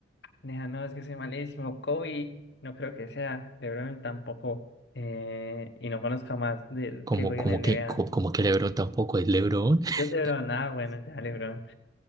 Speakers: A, on the left; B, on the right.
A: Nea, no, es que soy malísimo. Kobe, no creo que sea. LeBron tampoco. Eh... Y no conozco más de
B: Como,
A: que jueguen
B: como
A: en
B: que,
A: NBA.
B: co- como, que LeBron tampoco es LeBron. <laughs>
A: Si es LeBron, ah, bueno, ya LeBron.